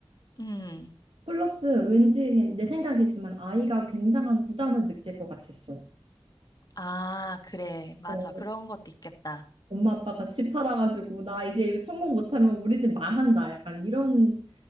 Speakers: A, on the left; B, on the right.
A: 음.
B: 플러스 왠지 그냥 내 생각이지만 아이가 굉장한 부담을 느낄 것 같았어.
A: 아, 그래. 맞아.
B: 어,
A: 그런 것도 있겠다.
B: 엄마 아빠가 집 팔아가지고 나 이제 성공 못하면 우리 집 망한다. 약간 이런